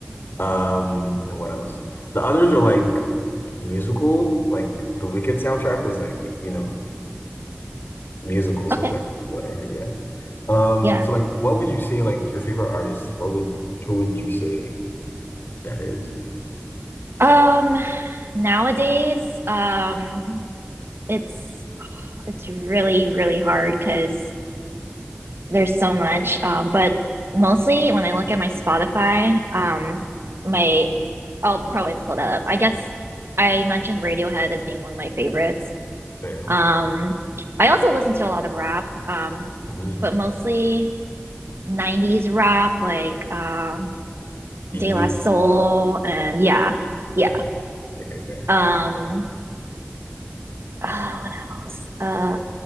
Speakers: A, on the left; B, on the right.
A: Um, and what else? The others are like musical. Like the Wicked soundtrack was like, you know, musical, so
B: Okay.
A: it was like whatever, yeah. Um,
B: Yeah.
A: so like what would you say like your favorite artist? What would who would you say that is?
B: Um, nowadays, um, it's It's really, really hard because there's so much. Um, but mostly when I look at my Spotify, um, my I'll probably pull that up. I guess I mentioned Radiohead as being one of my favorites.
A: Fair.
B: Um, I also listen to a lot of rap, um,
A: Mm-hmm.
B: but mostly 90s rap like uh,
A: Gigi.
B: De La Soul and yeah, yeah.
A: Okay, Okay, fair.
B: Um, Oh, what else? Uh,